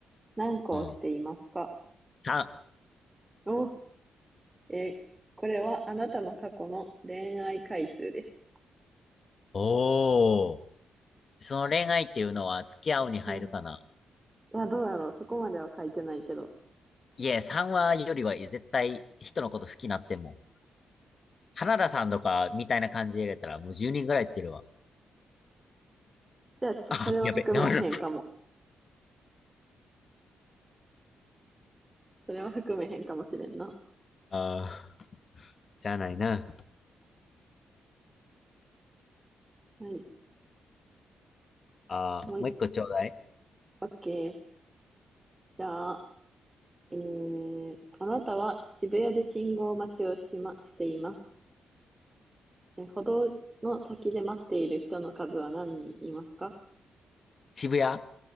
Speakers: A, on the right; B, on the left.
A: 何個落ちていますか
B: うん。3。
A: お、えーこれはあなたの過去の恋愛回数です。
B: おー。その恋愛っていうのは付き合うに入るかな。
A: うん。いや、どうやろう。そこまでは書いてないけど。
B: いえ、3話よりは絶対人のこと好きになっても花田さんとかみたいな感じで入れたらもう10人ぐらいいってるわ。
A: じゃあ、ちょそれは含めへんかも。
B: あ、やべ、なる。
A: それは含めへんかもしれんな。
B: ああ、しゃあないな。
A: はい。
B: ああ、
A: もうい、
B: もう一個ちょうだい。
A: オッケー。じゃあ、えー、あなたは渋谷で信号待ちをしま、しています。えー歩道の先で待っている人の数は何人いますか
B: 渋谷